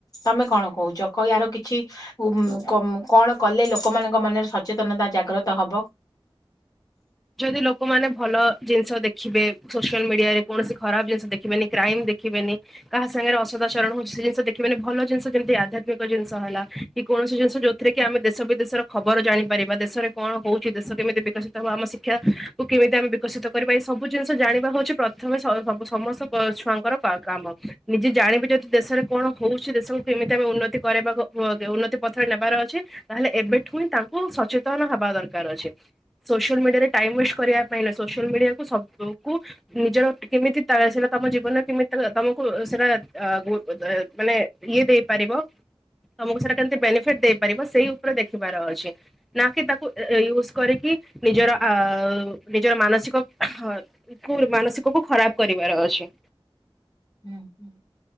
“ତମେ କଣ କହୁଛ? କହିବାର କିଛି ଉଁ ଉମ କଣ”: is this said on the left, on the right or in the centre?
Left